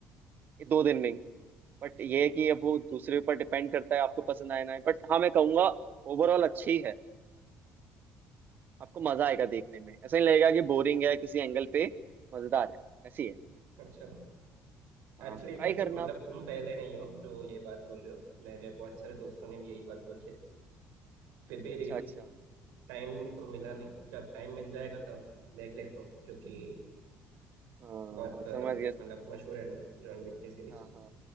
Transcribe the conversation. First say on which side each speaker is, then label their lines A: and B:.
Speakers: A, on the right; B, on the right.
A: ये दो दिन में ही बट ये है कि अब वो दूसरे ऊपर डिपेंड करता है आपको पसंद आए ना आए बट हाँ मैं कहूंगा ओवरऑल अच्छी है आपको मजा आएगा देखने में ऐसा नहीं लगेगा कि बोरिंग है किसी एंगल पे मजेदार है ऐसी है
B: अच्छा
A: हाँ
B: एक्चुअली
A: ट्राई
B: तो
A: करना
B: मतलब
A: आप
B: तुम पहले नहीं हो जो ये बात बोल रहे हो मेरे बहुत सारे दोस्तों ने भी यही बात बोली है फिर भी
A: अच्छा अच्छा
B: टाइम तो मिला नहीं जब टाइम मिल जाएगा तब देख लेता हूँ क्योंकि
A: हाँ
B: बहुत अ,
A: समझ गया समझ
B: मतलब मशहूर है ना जॉन विक की सीरीज
A: हाँ हाँ